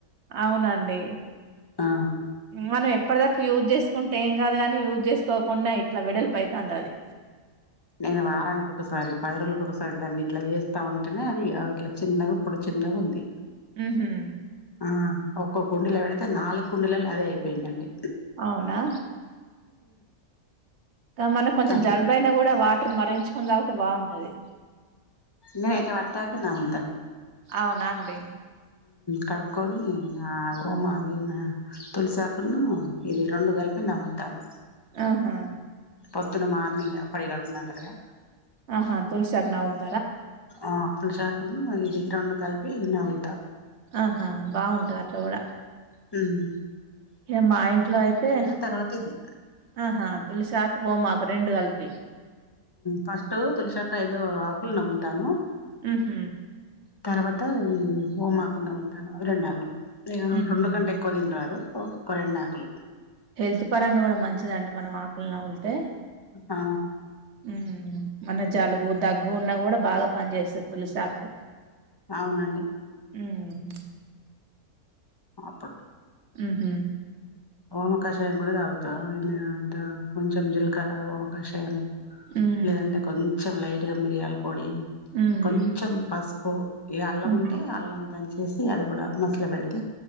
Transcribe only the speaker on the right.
అవునండి
మనం ఎప్పుడదప్పుడు యూజ్ చేసుకుంటే ఏం కాదు గాని యూజ్ చేసు పొకుండా ఇట్లా వెడల్పు అయితాంది అది
ఉహు
అవునా ఇ మనం కొంచెం
జల్బైన కూడా వా మరిగించుకుని తాగితే బాగుంటది
అవునా అండి
ఆహా
ఆహా తులసాకు నవ్వల్
ఆహా బాగుంటదట్లా కూడా
ఏ మా ఇంట్లో అయితే
ఆహా తులిసాకు ఓమాకు రెండు కలిపి
ఉ హ్
హుహు.
హెల్త్ పరంగా కూడా మంచిదండి మనం ఆకులు నమిళ్తే
హు మన జలుబు దగ్గు ఉన్నా కూడా బాగా పని చేస్తాది తులసాకు
హు
హ్ హ్
హ్మ్.
హ్మ్.
హుహు.